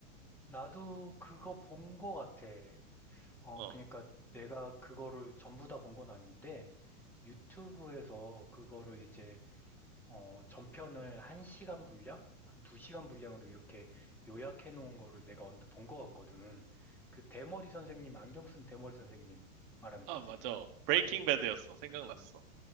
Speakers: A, in the centre; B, on the right.
A: 나도 그거 본 거 같아. 어,
B: 어.
A: 그러니까 내가 그거를 전부 다 본 건 아닌데, 유튜브에서 그거를 이제, 어, 전편을 한시간 분량? 한 두시간 분량으로 이렇게 요약해 놓은 거를 내가 언뜻 본 거 같거든. 그 대머리 선생님, 안경 쓴 대머리 선생님 말하는
B: 아,
A: 거지.
B: 맞아. 브레이킹 배드였어. 생각났어.